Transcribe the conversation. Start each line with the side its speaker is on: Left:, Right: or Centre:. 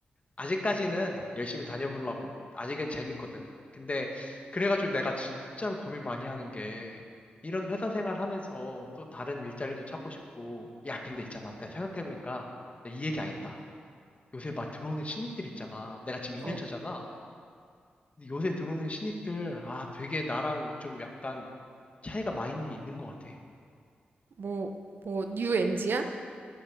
Left: 아직까지는 열심히 다녀보려고. 아직은 재밌거든. 근데 그래가지고 내가 진짜로 고민 많이 하는 게 이런 회사 생활 하면서 또 다른 일자리도 찾고 싶고. 야, 근데 있잖아. 내가 생각해보니까 내가 이 얘기 안 했다. 요새 막 들어오는 신입들 있잖아. 내가 지금 2년
Right: 어,
Left: 차잖아. 근데 요새 들어오는 신입들, 아, 되게 나랑 좀 약간 차이가 많이 있는 것 같아.
Right: 뭐, 뭐, 뉴 MG야?